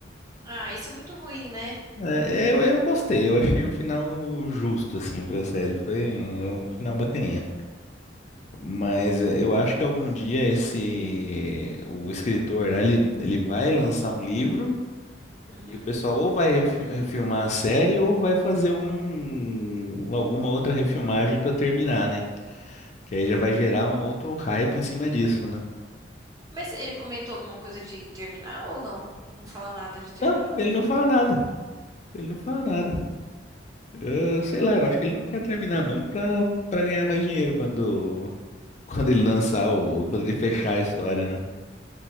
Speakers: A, on the right; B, on the left.
A: Ah, isso é muito ruim, né?
B: É, eu, eu gostei, eu achei um final justo, assim, pra série. Foi um final bacaninha. Mas é, eu acho que algum dia esse o escritor, né, ele, ele vai lançar um livro.
A: Uhum.
B: E o pessoal ou vai refi- refilmar a série ou vai fazer algum, alguma outra refilmagem pra terminar, né? Que aí já vai gerar um outro hype em cima disso, né?
A: Mas ele comentou alguma coisa de terminar ou não? Não fala nada de terminar
B: Não, ele
A: o livro.
B: não fala nada. Ele não fala nada. Eu, sei lá, eu acho que ele não quer terminar mesmo pra, pra ganhar mais dinheiro quando, <laughs> quando ele lançar o, quando ele fechar a história, né?